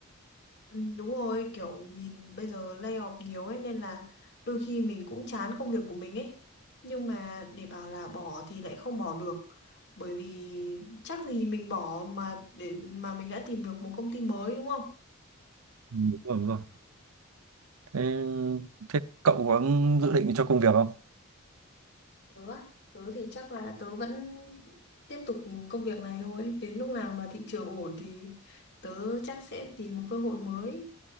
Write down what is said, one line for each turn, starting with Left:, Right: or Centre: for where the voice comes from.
Left: Ừ, Đúng rồi, kiểu nhìn bây giờ layoff nhiều ấy nên là đôi khi mình cũng chán công việc của mình ấy. Nhưng mà để bảo là bỏ thì lại không bỏ được. Bởi vì chắc gì mình bỏ mà để mà mình đã tìm được một công ty mới đúng không?
Right: Ừ, đúng rồi, đúng rồi. Thế, thế cậu có dự định cho công việc không?
Left: Tớ á, tớ thì chắc là tớ vẫn tiếp tục công việc này thôi. Đến lúc nào mà thị trường ổn thì tớ chắc sẽ tìm một cơ hội mới.